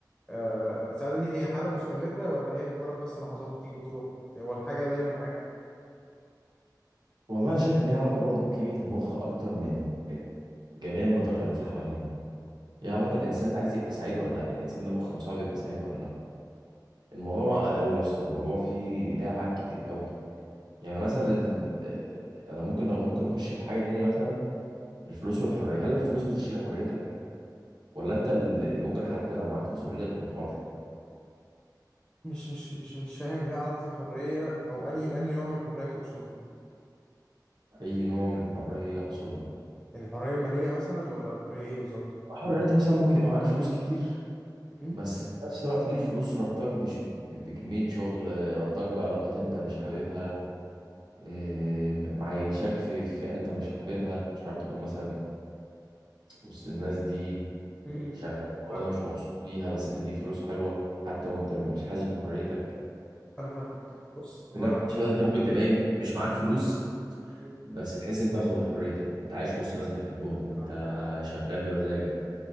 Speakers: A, in the centre; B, on the right.
A: آه السعادة دي هي حالة مستمرة ولا هي مجرد بس لحظات بتيجي وتروح يعني ولا حاجة دايما معاك
B: والله انا شايف ان هي علاقه برضه بكيمياء المخ اكتر من من جميع المتغيرات اللي حوالينا هي علاقه الانسان ده عايز يبقى سعيد ولا لا الانسان ده مخ مساعده يبقى سعيد ولا لا الموضوع معقد قوي يا اسطى الموضوع فيه ليه ابعاد كتير قوي يعني مثلا ال... انا ممكن ممكن نخش في حاجه تاني مثلا الفلوس والحريه هل الفلوس بتشتري حريتك ولا انت اللي ممكن حتى لو معاك فلوس قليله تكون حر
A: مش مش مش مش فاهم ايه علاقة الحرية او انهي انهي نوع من الحرية تقصده
B: اي نوع من الحريه اقصده
A: يعني الحرية المالية مثلا ولا الحرية ايه بالظبط
B: حر ان انت مثلا ممكن يبقى معاك فلوس كتير
A: مم.
B: بس في نفس الوقت دي الفلوس ربطك بش... بكميه شغل ربطك بعلاقات انت مش حاببها إيه، معيشك في فئه انت مش حاببها مش حابب تكون مثلا وسط الناس دي
A: مم.
B: شغال شغلانه
A: فاهم
B: مش مبسوط بيها بس بتديك فلوس حلوه حتى وانت مش حاسس بحريتك
A: انا فاهم بص هو
B: في نفس
A: انا
B: الوقت انت ممكن تبقى إيه، مش معاك فلوس
A: مم.
B: بس تحس ان انت واخد حريتك انت عايش في وسط ناس بتحبهم انت
A: فاهم
B: شغال بمزاجك